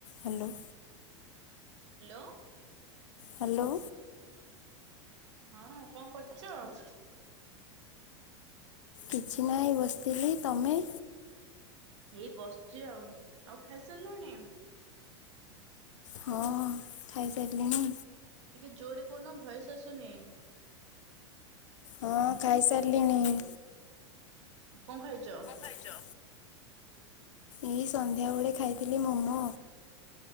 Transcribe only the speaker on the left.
Hello.
Hello.
କିଛି ନାହିଁ ବସିଥିଲି ତମେ?
ହଁ ଖାଇସାରିଲିଣି।
ହଁ ଖାଇସାରିଲିଣି।
ଖାଇଛ? ଏଇ ସନ୍ଧ୍ୟାବେଳେ ଖାଇଥିଲି ମୋମୋ।